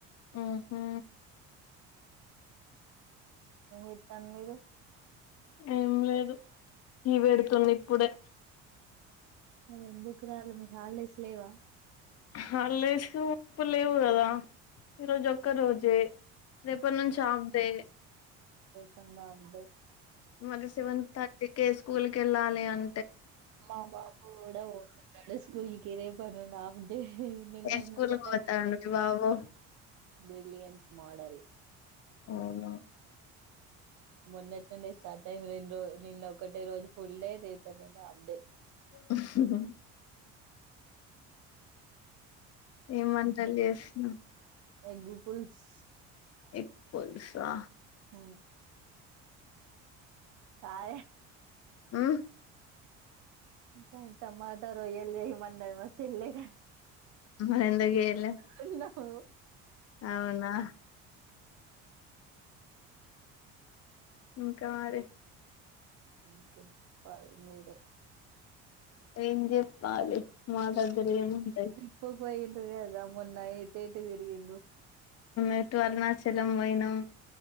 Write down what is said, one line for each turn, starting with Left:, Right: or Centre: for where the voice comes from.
Left: ఉహూ
Right: ఏం చేత్తాన్ మీరు
Left: ఏం లేదు టీ వెడుతుంది ఇప్పుడే
Right: మరి ఎందుకు రాలే మీకు హాలిడేస్ లేవా
Left: హాలిడేస్ ఇప్పుడు లేవు కదా ఈరోజు ఒక్క రోజే రేపటి నుంచి హాఫ్ డే
Right: పందా ఉందే
Left: మళ్లీ సెవెన్ థర్టీ కే స్కూల్ కెళ్లాలి అం
Right: మా బాబు కూడా ఓతున్నడు స్కూల్ కి రేపడినుండి ఆ ఎహే నిన్నట్
Left: ఏ స్కూల్
Right: మొన్నట్
Left: కి పోతాండు
Right: నుండే
Left: మీ బాబు
Right: బ్రిలియంట్ మోడల్
Left: అవునా
Right: మొన్నటి నుండి స్టాట్ అయింది రెండు రోజు నిన్న ఒకటే రోజు ఫుల్ డే, రేపటి నుండి హాఫ్ డే.
Left: అా ఏం వంటలు చేసినవ్
Right: <inaudible> ఏ గూగుల్స్
Left: ఎగ్గ్ పులుసా
Right: హు ఆయే
Left: హుమ్
Right: ఇంకా తమాటా రొయ్యల్ చేయమన్నది మా చెల్లే కా
Left: మరి ఎందుకు చేయలే
Right: <unintelligible>
Left: అవునా ఇంకా మరి
Right: ఇంకా చెప్పాలి మీరే
Left: ఏం చెప్పాలి మా దగ్గర ఏం ఉంటాయి
Right: ట్రిప్‌కి పోయిండ్రు కదా మొన్న ఎటేటు తిరిగిండ్రు
Left: ఎటు అరుణాచలం పోయినాం,